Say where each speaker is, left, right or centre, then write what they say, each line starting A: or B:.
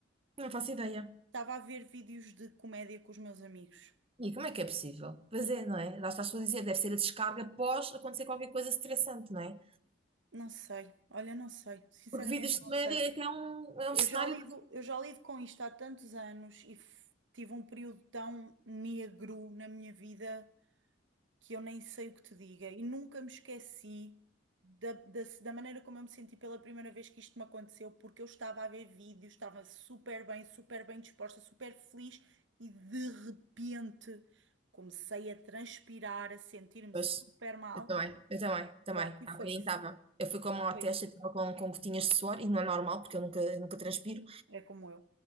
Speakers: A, on the right; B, on the right.
A: Não faço ideia.
B: Estava a ver vídeos de comédia com os meus amigos.
A: E como é que é possível? Pois é, não é? Lá estás tu a dizer, deve ser a descarga após acontecer qualquer coisa estressante, não é?
B: Não sei, olha, não sei, sinceramente
A: Porque vidas
B: não
A: de média
B: sei.
A: é que é um, é
B: Eu
A: um cenário
B: já lido, eu já lido com isto há tantos anos e f- tive um período tão negro na minha vida. que eu nem sei o que te diga e nunca me esqueci da, da, da maneira como eu me senti pela primeira vez que isto me aconteceu, porque eu estava a ver vídeos, estava super bem, super bem disposta, super feliz e de repente comecei a transpirar, a sentir-me
A: Pois,
B: super mal.
A: eu também, eu também, eu também.
B: Pronto, e
A: Há bocadinho
B: foi isso,
A: estava. Eu fui com a mão à
B: foi
A: testa,
B: isso.
A: estava com, com gotinhas de suor, e não é normal, porque eu nunca, eu nunca transpiro.
B: É como eu.